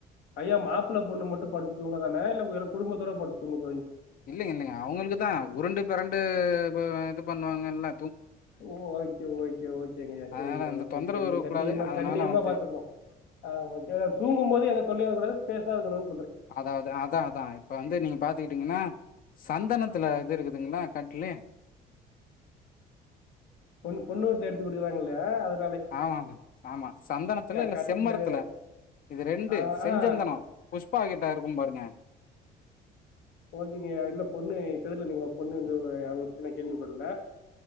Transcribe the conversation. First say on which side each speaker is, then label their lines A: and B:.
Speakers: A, on the left; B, on the left.
A: ஐயா மாப்ள பொண்ணு மட்டும் படுத்து தூங்க தான இல்ல எர குடும்பத்தோட படுத்து துங்
B: இல்லைங்க இல்லைங்க அவங்களுக்கு தா உருண்டு பெரண்டு து பண்வாங்கல்ல
A: ஓ ஓகே ஓக் கேஓகேங்கையா
B: அதனால
A: செரிங்யா
B: அந்த தொந்தரவு
A: கென்னு
B: வரக்கூடாது.
A: கண்ணியமா
B: அதனால
A: கண்ணியமா
B: வந்து
A: பாத்துப்போம் ஆ <unintelligible> தூங்கும்போது எக சொல்லியாது கூடது பேசார்க்கணுன்
B: அதாவது அதா அதா இப்ப வந்து நீங்க பாத்துக்கிட்டீங்கனா சந்தனத்துல இது இருக்குதுங்களா கட்லு
A: பொண் பொண்ணு வீட்ல எடுத்து குடுக்குறாங்க இல்லயா அது
B: ஆமா ஆமா சந்தனத்துல இல்ல
A: கட்டிலு
B: செம்மரத்துல இது ரெண்டு
A: ஆ
B: செஞ்சந்தனோ
A: ஆ
B: புஷ்பா கிட்ட இருக்கும் பாருங்க
A: ஓகேங்கயா இல்ல பொண்ணு <unintelligible> பொண்ணு எந்த ஊ அவுங்க பத்தி நா கேள்வி பட்ல